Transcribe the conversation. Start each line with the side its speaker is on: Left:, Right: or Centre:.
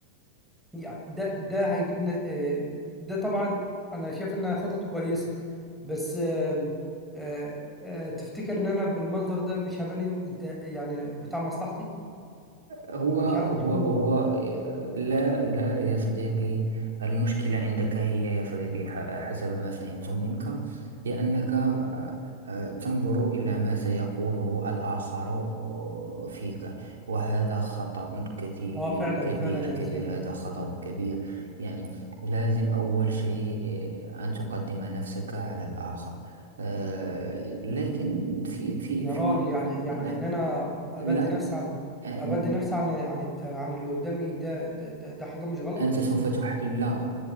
Centre: يعني ده ده هيجيبنا آه، ده طبعا انا شايف انها خطط كويسه بس آم، آه، آه، تفتكر ان انا بالمنظر ده مش هبان إن انت يعني بتاع مصلحتي
Right: هو
Centre: انا
Right: هو
Centre: مش عارف اكون
Right: هو آه، لا لا يا صديقي المشكلة عندك هي يا صديقي ح- حسب ما فهمت منك هي أنك آه، تنظر إلى ما سيقوله الآخر آه، فيك وهذا خطأ كتي-
Centre: اه فعلا
Right: كبير
Centre: فعلا
Right: كبير
Centre: يا سينا
Right: هذا خطأ كبير يعني لازم أول شيء آه، أن تقدم نفسك على الآخر آه، لكن في في
Centre: يا
Right: في
Centre: راجل
Right: م-
Centre: يعني يعني
Right: لا
Centre: ان انا ابدي
Right: لا
Centre: نفسي عن
Right: آه،
Centre: ابدي نفسي عن عن عن اللي قدامي ده ده ده, ده حاجه مش غلط
Right: أنت سوف تح... لا